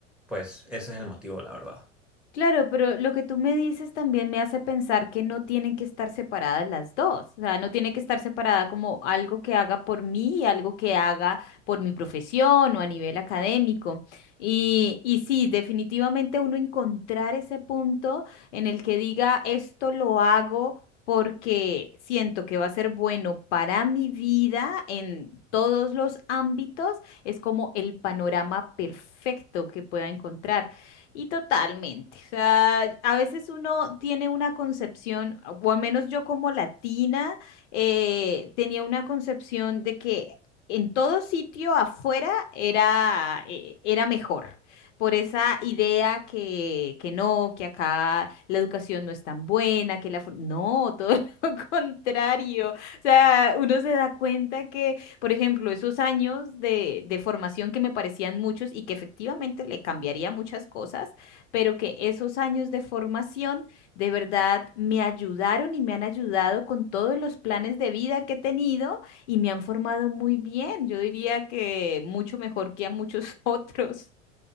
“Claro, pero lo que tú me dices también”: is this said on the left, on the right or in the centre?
Left